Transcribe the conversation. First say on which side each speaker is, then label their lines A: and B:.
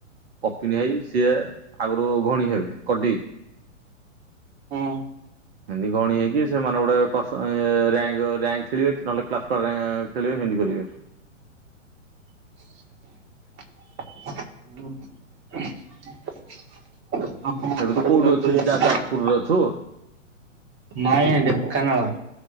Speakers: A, on the right; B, on the right.
A: ପପିନି ଭାଇ ସିଏ ଆଗୁରୁ <unintelligible> ଭାଇ କଡି।
B: ହୁଁ
A: ଏମିତି ଗଣି ହେଇକି ସେମାନେ ଗୋଟେ କସ ଅ ରିଆଙ୍କ୍ ରିଆଙ୍କ ଖେଳିବେ, କି ନହେଲେ କ୍ଳସ୍ ର ଖେଳିବେ ହେମ ମତି କରିବେ।
B: <inaudible> ଆପଣ
A: ଏବେ
B: କୁଆଡେ
A: ତୁ କୋଉଠି
B: ବୁଲାବୁଲି
A: ଅଛୁ
B: କରି ଯାଇଥିଲେ
A: ଯାଜପୁରରେ
B: <unintelligible>
A: ଅଛୁ
B: ନାଇଁ ଢେଙ୍କାନାଳ।